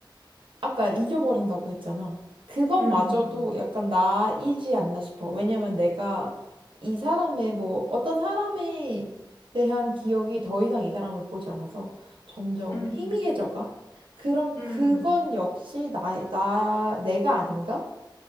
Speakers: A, on the right (about 85°); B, on the left (about 45°).
A: 아까 잊어버린다고 했잖아. 그것마저도
B: 음,
A: 약간 나이지 않나 싶어. 왜냐면 내가 이 사람의 뭐 어떤 사람에 대한 기억이 더 이상 이 사람을 보지 않아서 점점
B: 음. 음.
A: 희미해져가. 그럼
B: 음,
A: 그건 역시 나, 나, 내가 아닌가?